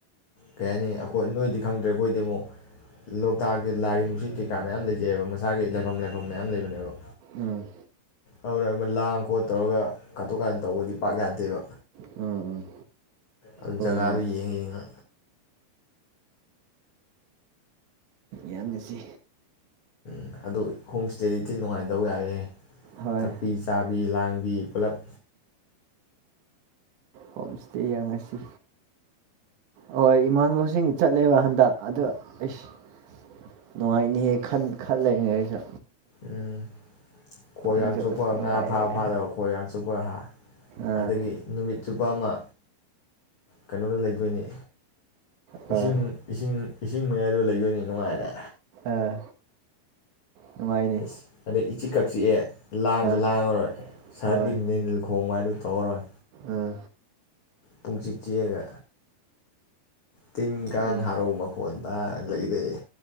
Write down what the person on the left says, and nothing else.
ꯀꯩ ꯍꯥꯏꯅꯤ ꯑꯩꯈꯣꯏ ꯅꯣꯏꯗꯤ ꯈꯪꯗ꯭ꯔꯦ ꯑꯩꯈꯣꯏꯗꯤ ꯑꯃꯨꯛ ꯂꯣꯛꯇꯥꯛꯀꯤ ꯂꯥꯏꯒꯤ ꯅꯨꯡꯁꯤꯠ ꯀꯩꯀꯥ ꯃꯌꯥꯝ ꯂꯩꯖꯩꯑꯕ ꯃꯁꯥꯒꯤ ꯂꯥꯏꯐꯝ ꯂꯥꯏꯐꯝ ꯃꯌꯥꯝ ꯂꯩꯕꯅꯦꯕ
ꯑꯗꯨꯅ ꯂꯥꯡ ꯈꯣꯠ ꯇꯧꯔꯒ ꯀꯥꯊꯣꯛ ꯀꯥꯔꯟ ꯇꯧꯕꯗꯤ ꯄꯥꯛ ꯌꯥꯗꯦꯕ
ꯑꯗꯨ
ꯖꯒꯥꯗ
ꯌꯦꯡꯉ ꯌꯦꯉ
ꯝ ꯑꯗꯨ ꯍꯣꯝ ꯏꯁꯇꯦꯗꯤ ꯊꯤ ꯅꯨꯡꯉꯥꯏꯅꯗꯧ ꯌꯥꯔꯦ
ꯊꯛꯄꯤ ꯆꯥꯕꯤ ꯂꯥꯡꯕꯤ ꯄꯨꯂꯞ
ꯎꯝ ꯈꯣꯏ
ꯌꯥ ꯆꯣꯞꯄ
ꯉꯥ ꯐꯥ ꯐꯥꯗꯕ ꯈꯣꯏ ꯌꯥꯝ ꯆꯣꯞꯄꯒ ꯍꯥ
ꯑꯗꯒꯤ ꯅꯨꯃꯤꯠ ꯆꯨꯞꯄ ꯑꯃ ꯀꯩꯅꯣꯗ ꯂꯩꯗꯣꯏꯅꯤ
ꯏꯁꯤꯡ ꯏꯁꯤꯡ ꯏꯁꯤꯡ ꯃꯌꯥꯏꯗꯣ ꯂꯩꯗꯣꯏꯅꯤ ꯅꯨꯡꯉꯥꯏꯔ
ꯑꯁ ꯑꯗꯩ ꯏꯆꯤꯛꯀꯛ ꯆꯤꯛꯑꯦ ꯂꯥꯡꯁꯨ
ꯂꯥꯡꯉꯔꯣꯏ ꯁꯍꯔꯒꯤ
ꯅꯤꯜ ꯈꯣꯡꯕ ꯍꯥꯏꯗꯨ ꯇꯧꯔꯔꯣꯏ
ꯄꯨꯡ ꯆꯤꯛ ꯆꯤꯛꯑꯒ ꯇꯤꯟ
ꯀꯥꯡ ꯍꯔꯥꯎ ꯃꯈꯣꯟ ꯇꯥꯔ ꯂꯩꯗꯣꯏꯅꯤ